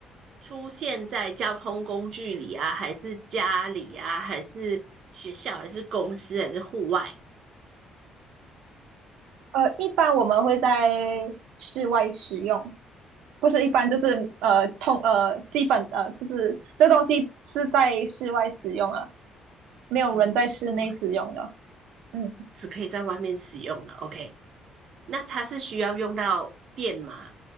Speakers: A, on the right; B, on the right.
A: 出现在交通工具里啊，还是家里啊，还是学校，还是公司，还是户外？
B: 呃，一般我们会在室外使用，不是一般就是呃通呃基本呃就是这东西是在室外使用的，没有人在室内使用的。
A: 嗯，是吗
B: 嗯，
A: 只可以在外面使用了。OK，那它是需要用到电吗？